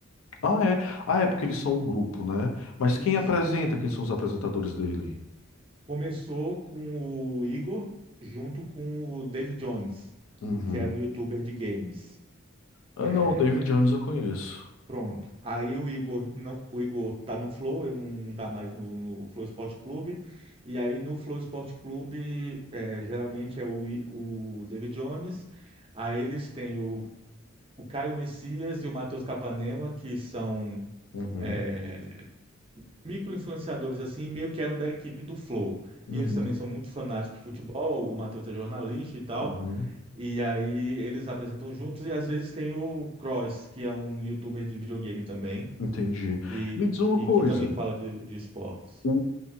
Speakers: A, on the left; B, on the right.
A: Ah, é. Ah, é porque eles são um grupo, né? Mas
B: Isso.
A: quem apresenta? Quem são os apresentadores dele?
B: Começou com o Igor junto com o Dave Jones,
A: Uhum.
B: que era um youtuber de games.
A: Ah,
B: É,
A: não, o David Jones eu conheço.
B: pronto. Aí o Igor não, o Igor tá no Flow, ele não, não tá mais no, no Flow Esporte Clube. E aí no Flow Esporte Clube é, geralmente é o, I- o David Jones. Aí eles têm o, o Caio Messias e o Matheus Capanema, que são
A: Uhum.
B: é, micro-influenciadores assim, meio que eram da equipe do Flow.
A: Uhum,
B: E eles também são muito fanáticos de futebol, o Matheus é jornalista e tal.
A: uhum.
B: E aí eles apresentam juntos e às vezes tem o Cross, que é um youtuber de videogame também,
A: Entendi.
B: e,
A: Me diz uma
B: e
A: coisa,
B: que também fala de, de esportes.
A: o,